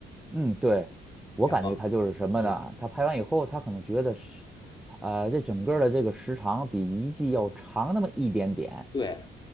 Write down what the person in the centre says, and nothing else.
嗯，对，我感觉他就是什么呢？
他拍完以后，他可能觉得是，呃，这整个儿的这个时长比一季要长那么一点点，